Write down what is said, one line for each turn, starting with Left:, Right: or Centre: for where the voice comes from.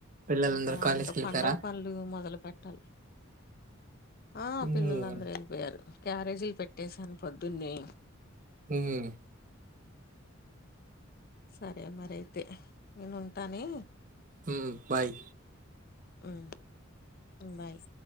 Right: పిల్లలందరూ
Left: ఇంకా
Right: కాలేజ్కి
Left: ఇంకా
Right: వెళ్ళిపోయారా
Left: పండగ పనులు మొదలు పెట్టాలి ఆ
Right: ఉమ్
Left: పిల్లలుందరూ వెళ్ళిపోయారు క్యారేజీలు పెట్టేేశాను పొద్దున్నే
Right: ఉహు
Left: సరే మరియితే నేను ఉంటానే
Right: ఊ బాయ్
Left: ఉ బాయ్